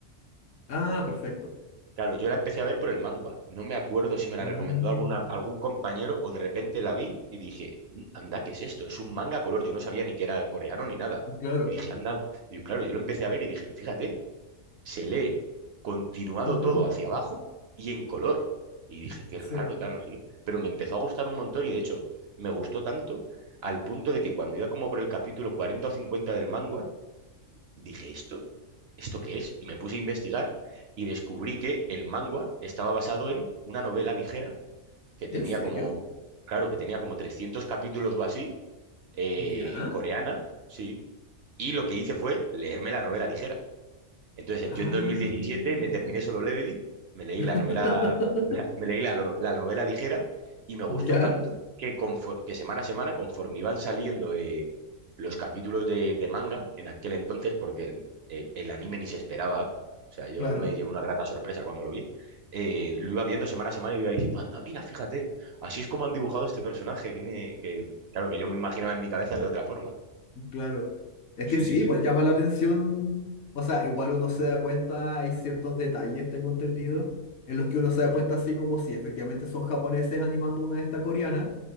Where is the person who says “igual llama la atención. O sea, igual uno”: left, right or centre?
Left